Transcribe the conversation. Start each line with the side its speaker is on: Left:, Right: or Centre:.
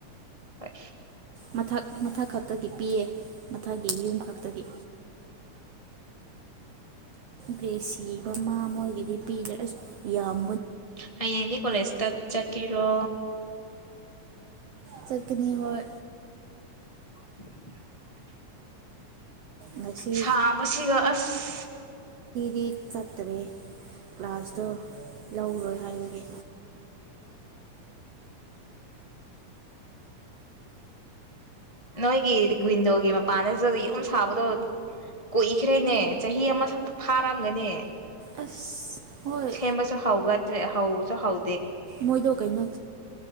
Left: ꯍꯣꯏ
Right: ꯃꯊꯛ ꯃꯊꯛ ꯈꯛꯇꯒꯤ ꯄꯤꯌꯦ ꯃꯊꯛꯀꯤ ꯌꯨꯝ ꯈꯛꯇꯒꯤ ꯒ꯭ꯔꯦꯁꯤ ꯃꯃꯥ ꯃꯣꯏꯒꯤꯗꯤ ꯄꯤꯗ꯭ꯔꯦ ꯑꯁ ꯌꯥꯝ
Left: ꯍꯌꯦꯡꯗꯤ ꯀꯣꯂꯦꯖꯇ ꯆꯠꯀꯤꯔꯣ
Right: ꯆꯠꯀꯅꯤ ꯍꯣꯏ
Left: <inaudible>
Right: ꯉꯁꯤ
Left: ꯁꯥꯕꯁꯤꯒ ꯑꯁ
Right: ꯗꯤ ꯆꯠꯇꯔꯦ ꯀ꯭ꯂꯥꯁꯇꯣ ꯂꯧꯔꯣꯏ ꯍꯥꯏꯕꯒꯤ
Left: ꯅꯣꯏꯒꯤ ꯋꯤꯟꯗꯣꯒꯤ ꯃꯄꯥꯟꯅ ꯗ ꯌꯨꯝ ꯁꯥꯕꯗꯣ ꯀꯨꯏꯈ꯭ꯔꯦꯅꯦ ꯆꯍꯤ ꯑꯃ ꯐꯥꯔꯝꯒꯅꯤ
Right: ꯑꯁ ꯍꯣꯏ
Left: ꯁꯦꯝꯕꯁꯨ ꯍꯧꯒꯗ꯭ꯔꯤ ꯍꯧꯕꯁꯨ ꯍꯧ
Right: ꯃꯣꯏꯗꯣ ꯀꯩꯅꯣ